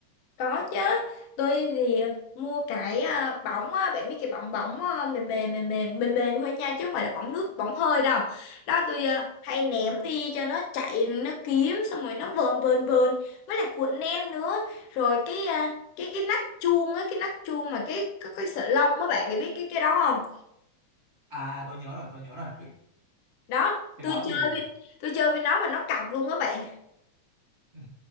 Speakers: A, on the left (about 65°); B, on the right (about 30°).
A: Có chứ, tôi thì mua cái à, bỏng á, bạn biết cái bỏng bỏng à, mềm mềm mềm mềm mềm mềm thôi nha chứ không phải là bỏng nước bỏng hơi đâu. Đó tôi à, hay ném đi cho nó chạy nó kiếm xong rồi nó vờn vờn vờn với lại cuộn len nữa. Rồi cái à, cái cái nắp chuông á, cái nắp chuông mà cái có cái sợi lông á bạn mày biết cái cái đó không?
B: À à, tôi nhớ rồi, tôi nhớ rồi. Cái,
A: Đó,
B: cái
A: tôi
B: đó
A: chơi
B: thì
A: với tôi chơi với nó mà nó cọc luôn á bạn.
B: <laughs> Ừ.